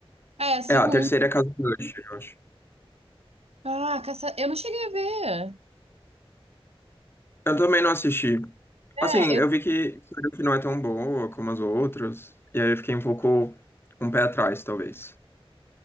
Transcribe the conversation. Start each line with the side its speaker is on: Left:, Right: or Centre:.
Right: É, é, segundo.
Left: É, a terceira é Casa Blanche, eu acho.
Right: Ah, caça... eu não cheguei a ver.
Left: Eu também não assisti.
Right: É,
Left: Assim, eu
Right: eu
Left: vi que que não é tão boa como as outras, e aí eu fiquei um pouco com o pé atrás, talvez.